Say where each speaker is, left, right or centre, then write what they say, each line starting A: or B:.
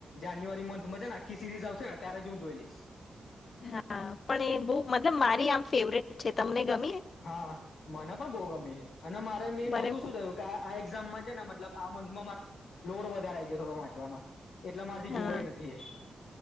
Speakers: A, on the left (about 70°); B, on the left (about 40°).
A: જાન્યુઆરી મંથમાં છેને આખી સિરીઝ આવશેને ત્યારે જ હું જોઈ લઈશ.
B: હા. પણ એ બવ મારી આમ ફેવરેટ છે. તમને ગમે?
A: હા. મને પણ બહુ ગમે અને મારે મેઈન
B: મને
A: વસ્તુ શું થયું કે, આ એક્ઝામમાં છે ને મતલબ આ મંથમાં મારે લોડ વધારે આઈ ગયો થોડો વાંચવામાં. એટલા મારીથી
B: હા
A: જોવાય નથી એ.